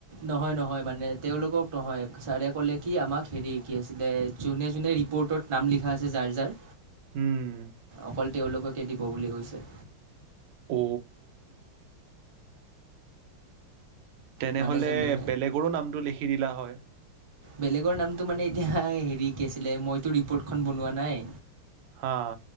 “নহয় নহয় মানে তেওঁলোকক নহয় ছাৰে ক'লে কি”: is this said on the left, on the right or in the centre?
Right